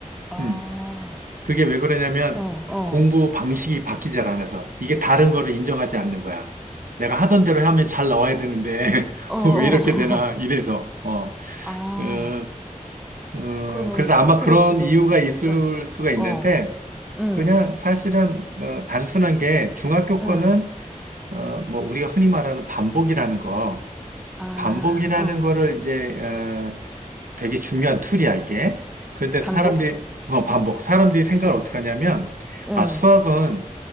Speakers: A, in the centre; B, on the right.
A: 아,
B: 음. 그게 왜 그러냐면
A: 어, 어, 어,
B: 공부
A: 어.
B: 방식이 바뀌지 않아서 이게 다른 거를 인정하지 않는 거야. 내가 하던 대로 하면 잘 나와야 되는데 <laughs>
A: <laughs>
B: 왜 이렇게 되나 이래서 어,
A: 아,
B: 어, 어,
A: 그러면
B: 그래서 아마
A: 어떻게
B: 그런
A: 지도하면
B: 이유가
A: 좋을까?
B: 있을 수가 있는데
A: 어, 음,
B: 그냥 사실은 어, 단순한 게 중학교
A: 음.
B: 거는 어, 뭐 우리가 흔히 말하는 반복이라는 거
A: 아,
B: 반복이라는
A: 어.
B: 거를 이제 어, 되게 중요한 툴이야, 이게. 그런데
A: 반복?
B: 사람들이, 어, 반복. 사람들이 생각을
A: 응,
B: 어떻게 하냐면,
A: 응.
B: 아, 수학은